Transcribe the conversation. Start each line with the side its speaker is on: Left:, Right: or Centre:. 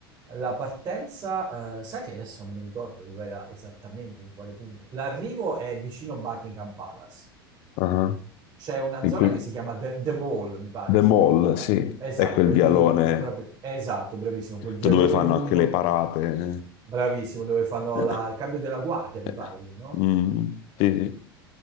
Right: La partenza, eh, sai che adesso non mi ricordo dove era esattamente, in quale punto. L'arrivo è vicino Buckingham Palace.
Left: ah.
Right: C'è una
Left: In
Right: zona
Left: cui-
Right: che si chiama The, The Mall, mi pare,
Left: The
Right: si
Left: Mall,
Right: chiama quella.
Left: sì,
Right: Esatto,
Left: è quel
Right: è
Left: vialone
Right: lì, è proprio, esatto, bravissimo, quel vialone
Left: Cioè, dove fanno
Right: lungo,
Left: anche le parate.
Right: bravissimo, dove fanno
Left: Eh,
Right: la- il cambio della guardia, mi
Left: eh,
Right: pare, lì, no?
Left: mm, sì, sì.